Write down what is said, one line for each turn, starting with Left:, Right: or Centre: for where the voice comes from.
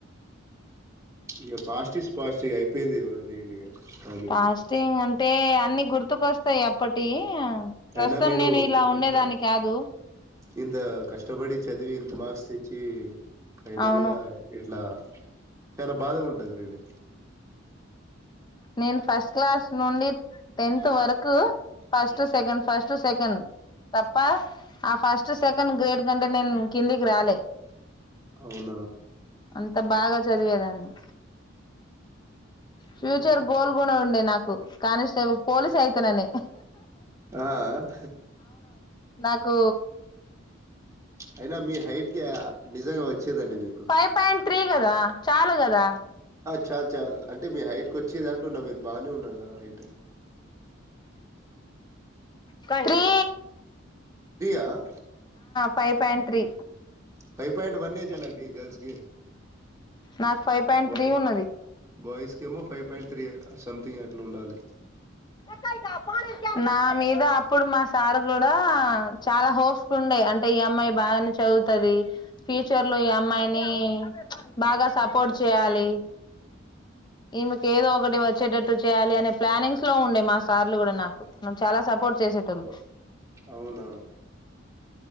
Right: ఇగ పాస్ టిస్ పాస్ టిగ అయిపోయింది గ వదిలేయండి అని.
Left: ఫాస్టింగ్ అంటే అన్ని గుర్తుకొస్తాయి అప్పటియి. ప్రస్తుతం
Right: అయినా మీరు,
Left: నేను ఇలా ఉండేదాన్ని
Right: ఎంత,
Left: కాదు
Right: ఇంతా కష్టపడి. చదివి ఇంత మార్క్స్ ఇచ్చి ఫైనల్
Left: అవును
Right: గా ఇట్లా. చాలా బాధగ ఉంటదిలేండి.
Left: నేను ఫస్ట్ క్లాస్ నుండి, టెన్త్ వరకు. First to second, first to second. తప్ప, ఆ ఫస్ట్ సెకన్ గ్రేడ్ కంటే నేను కిందికి రాలే.
Right: అవునా?
Left: అంత బాగా చదివేదాన్ని
Right: ఉ
Left: ఫ్యూచర్ గోల్ గుడ ఉండే నాకు, కానిస్టేబుల్ పోలీస్ అయితననీ.
Right: ఆ అ.
Left: నాకూ.
Right: అయినా మీ హైట్ కె అ నిజంగా వచ్చేదండి మీకు.
Left: ఫైవ్ పాయింట్ త్రీ కదా చాలూ కదా.
Right: చాలు చాల్ అంటే, మీ హైట్కి కోచ్చేది అంటున్న మీరు బాగానే ఉన్నారా హై.
Left: కంత్రి.
Right: ఆ.
Left: Five point three.
Right: Five point one ఏ చాలండి గర్ల్స్ కి.
Left: నాకు ఫైవ్ పాయింట్
Right: బాయ్,
Left: త్రీ ఉన్నది
Right: బాయ్స్ కెమో ఫైయి పాయిట్. త్రి అ సంథింగ్ అట్లా ఉండాలి.
Left: ఒకరు గప్పానురికే. నా మీద అప్పుడు మా సార్ కూడా చాలా హోప్స్ ఉండే అంటే ఈ అమ్మాయి బాగానే చదువు వుతది ఫ్యూచర్ లో ఈ అమ్మాయిని బాగా సపోర్ట్ చేయాలి ఈమెకు ఏదో ఒకటి వచ్చేటట్టు చేయాలి అనే ప్లానింగ్స్ లో ఉండే మా సార్లు కూడా నాకు చాలా సపోర్ట్ చేసేటోళ్ళు
Right: అవునా